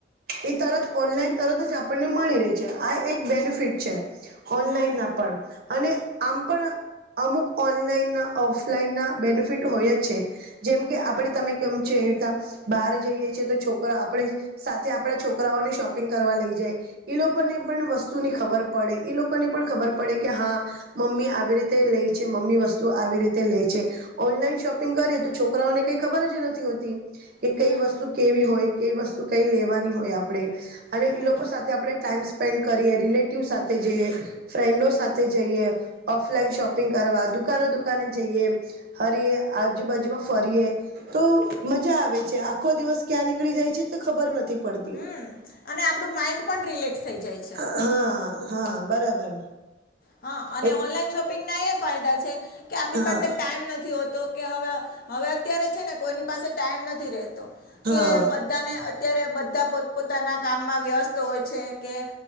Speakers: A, on the right; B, on the left.
A: એ તરત ઓનલાઈન તરત જ આપણને મળી રહી છે, આ એક બેનિફિટ છે. ઓનલાઈનના
B: હમ
A: પણ અને આમ પણ અમુક ઓનલાઈનના ઓફલાઈનના બેનિફિટ હોય જ છે. જેમ
B: હમ
A: કે આપણે તમે કેમ છે, એવી રીતના બહાર જઈએ છે, તો છોકરો આપણે સા થે આપણા છોકરાઓને શોપિંગ કરવા લેય જાય એ લોકોને પણ વસ્તુની ખબર પડે એ લોકોને પણ ખબર પડે કે હા મમ્મી આવી રીતે લઈ છે મમ્મી વસ્તુ આવી રીતે લે છે ઓનલાઈન શોપિંગ કરી તો છોકરાઓને કઈ ખબર જ નથી હોતી. કે
B: હમ
A: કઈ વસ્તુ કેવી હોય કઈ વસ્તુ કઈ લેવાની હોય. આપણે અને
B: હમ
A: એ લોકો સાથે આપણે ટાઈમ સ્પેન્ડ કરીએ રિલેટિવ સાથે જઈએ ફ્રેન્ડો સાથે જઈએ ઓફલાઈન શોપિંગ કરવા દુકાનો દુકાને જઈએ હરીએ આજુબાજુમાં ફરીએ તો મજા આવે છે આખો દિવસ ક્યાં નીકળી જાય છે તો ખબર નથી. પડતી
B: હમ્મ અને આપનું માઈન્ડ રિલેક્સ થઈ જાય છે.
A: હ હા બરાબર.
B: હા અને
A: એ
B: ઓનલાઈન શોપિંગના એ ફાયદા છે કે આપણી
A: હા
B: પાસે ટાઈમ નથી હોતો કે હવે હવે અત્યારે છે ને કોઈની પાસે ટાઈમ નથી રેતો
A: હા
B: કે બધાને અત્યારે બધા પોત પોતાના કામમાં વ્યસ્ત હોય છે કે